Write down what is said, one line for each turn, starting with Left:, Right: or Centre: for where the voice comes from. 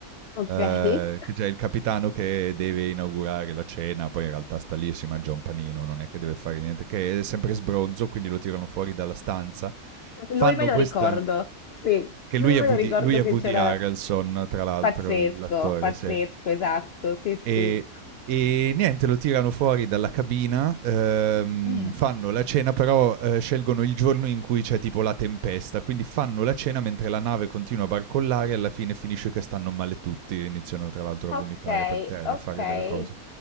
Left: Okay.
Right: ehm,
Left: <laughs>
Right: che c'è il capitano che deve inaugurare la cena, poi in realtà sta lì e si mangia un panino, non è che deve fare niente, che è sempre sbronzo, quindi lo tirano fuori dalla stanza. Fanno
Left: Lui me lo
Right: questa
Left: ricordo, sì,
Right: che
Left: sì
Right: lui
Left: me
Right: è Woody
Left: lo ricordo
Right: lui è
Left: che
Right: Woody
Left: c'era
Right: Harrelson tra l'altro,
Left: pazzesco,
Right: l'attore,
Left: pazzesco,
Right: sì.
Left: esatto, sì, sì.
Right: E e niente, lo tirano fuori dalla cabina, ehm,
Left: Mh.
Right: fanno la cena, però eh, scelgono il giorno in cui c'è tipo la tempesta, quindi fanno la cena mentre la nave continua a barcollare e alla fine finisce che stanno male tutti, iniziano tra l'altro a vomitare
Left: Okay,
Right: per terra,
Left: okay.
Right: a fare delle cose.